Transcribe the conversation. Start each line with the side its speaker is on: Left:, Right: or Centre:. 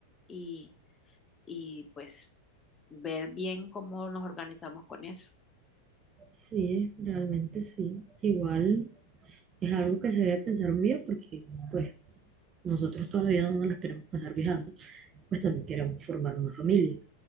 Left: y, y pues ver bien cómo nos organizamos con eso.
Right: Sí, realmente sí. Igual es algo que se debe pensar muy bien porque, pues, nosotros todavía no nos las queremos pasar viajando, pues también queremos formar una familia.